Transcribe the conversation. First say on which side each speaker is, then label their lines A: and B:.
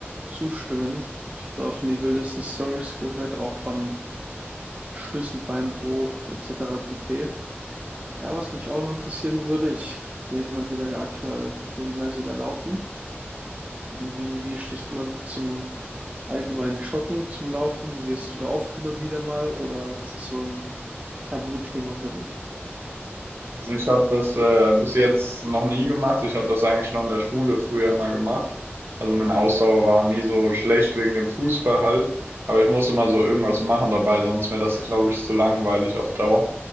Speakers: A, on the right; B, on the right.
A: zustimmen. Ich habe da auch schon die wildesten Stories gehört, auch von Schlüsselbeinbruch etc. pp. Ja, was mich auch noch interessieren würde, ich gehe hin und wieder aktuell regelmäßiger laufen. Wie, wie stehst du einfach zum allgemeinen Joggen, zum Laufen? Gehst du da auch hin und wieder mal oder ist das so ein Tabuthema für dich?
B: Also ich habe das äh, bis jetzt noch nie gemacht. Ich habe das eigentlich nur in der Schule früher mal gemacht. Also meine Ausdauer war auch nie so schlecht wegen dem Fußball halt. Aber ich musste immer so irgendwas machen dabei, sonst wäre das, glaube ich, zu langweilig auf Dauer.